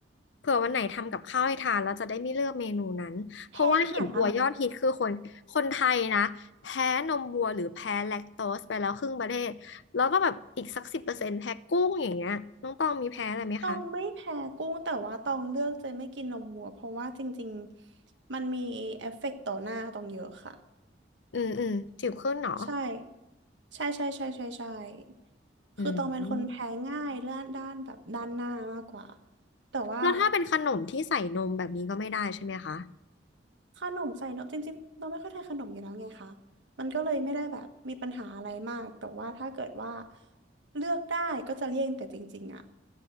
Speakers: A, on the left; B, on the right.
A: เผื่อวันไหนทำกับข้าวให้ทานแล้วจะได้ไม่เลือกเมนูนั้น เพราะว่าเห็นตัวยอดฮิตคือคนคนไทยนะแพ้นมวัวหรือแพ้แลคโตสไปแล้วครึ่งประเทศ
B: แพ้อาหารอร่อย
A: แล้วก็แบบอีกสักสิบเปอร์เซ็นต์แพ้กุ้งอย่างเงี้ยน้องตองมีแพ้อะไรไหมคะ
B: ตองไม่แพ้กุ้งแต่ว่าตองเลือกจะไม่กินนมวัวเพราะว่าจริงๆมันมีเอฟเฟกต์ต่อหน้าตองเยอะค่ะ
A: อืมอืมจิ๋วขึ้นเหรอ
B: ใช่ใช่ใช่ใช่ใช่ใช่คือตองเป็นคนแพ้ง่ายเรื่องด้านแบบด้านหน้ามากกว่า
A: อืม
B: แต่ว่า
A: แล้วถ้าเป็นขนมที่ใส่นมแบบนี้ก็ไม่ได้ใช่ไหมคะ
B: ขนมใส่นมจริงๆเราไม่ค่อยทานขนมอยู่แล้วไงคะมันก็เลยไม่ได้แบบมีปัญหาอะไรมากแต่ว่าถ้าเกิดว่าเลือกได้ก็จะเลี่ยงแต่จริงๆอ่ะ